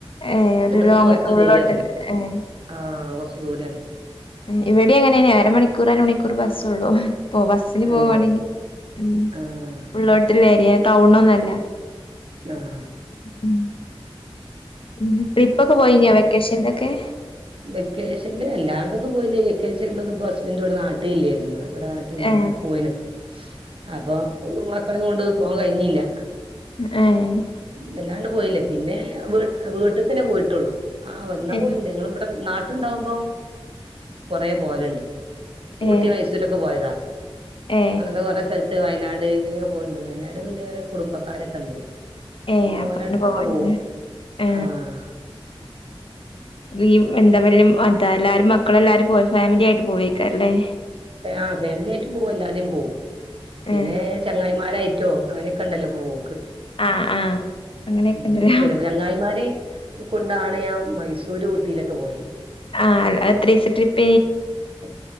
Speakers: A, on the left (about 65°); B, on the right (about 65°).
A: ഏഹ് ഒരു
B: രണ്ട് മൂന്ന്
A: ലോങ്
B: ബസ്
A: ഉള്ളോട്ടല്
B: കേറി എറങ്ങണം
A: ഏഹ്
B: ആഹ് കൊറച്ച് ദൂരാണ്
A: ഏഹ് ഇവിടിം അങ്ങനന്നെ അരമണിക്കൂർ അരമണിക്കൂർ ബസ്സൊള്ളൂ. ഇപ്പൊ ബസ്സിന് പോവാണെങ്കി
B: ഏഹ്
A: ഉ
B: ആഹ്
A: ഉള്ളോട്ട്ള്ളെ ഏരിയേ ടൗണൊന്നല്ല.
B: ആഹ്
A: ഉം ഇത് ട്രിപ്പൊക്കെ പോയി ന്യോ വെക്കേഷൻലൊക്കെ?
B: വെക്കേഷൻല് വല്ലാണ്ടൊന്നും പോയില്ല വെക്കേഷൻലൊന്നും ഇപ്പൊ ഹസ്ബൻഡ് ഇവടെ നാട്ടി ഇല്യേര്ന്നു. ഇവിടെ നാട്ടില്ല്യ
A: ഏ
B: ഇവടെ പോയിണ് അപ്പൊ മക്കളേംകൊണ്ട്ന്നും പോവാൻ കഴിഞ്ഞീല്ല്യ.
A: എ ഏഹ്
B: വല്ലാണ്ട് പോയില്ല പിന്നെ വീ വീട്ട്ക്കെന്നെ പോയിട്ടൊള്ളു ആഹ് വന്നാ
A: ഏ
B: പോവല്ണ്ട് ഞങ്ങള് ഇവടെ നാട്ട്ണ്ടാവുമ്പം കൊറെ പോവല്ണ്ട്
A: ഏ
B: ഊട്ടി മൈസൂരൊക്കെ പോയതാ
A: ഏ
B: അങ്ങനെ കൊറെേ സല ത്ത് വയനാട് ഇങ്ങനെയൊക്കെ പോവ്ണ്ട് വയനാട് പിന്നെ കുടുംബക്കാരൊക്കെണ്ട്.
A: ഏ
B: പിന്നെ
A: അപ്പ
B: ഓരട്ക്കൊക്കെ
A: അങ്ങനെ പോവാനല്ലേ
B: പോവും
A: ഏ
B: ആഹ്
A: ഈ എന്താ അതാ എല്ലാരും മക്കള എല്ലാരും പോ ഫാമിലി ആയിട്ട് പോവക്കാറല്ലേ
B: ആ ഫാമിലി ആയിട്ടും പോകും അല്ലാതെയും പോവും പിന്നെ
A: ഏ
B: ചങ്ങായിമാരായിട്ടോ അങ്ങനെ കണ്ടല്ലോ പോവോ
A: ആ ആ അങ്ങനെയൊക്കെ
B: അങ്ങനെെ
A: ഉണ്ടല്ലോ
B: പോ ചങ്ങായിമാര് കൊണ്ടാണ് ഞാൻ മൈസൂര് ഊട്ടിയിലൊക്കെ പോയി
A: ആഹ അത്ര ദിവസ ട്രിപ്പ
B: അ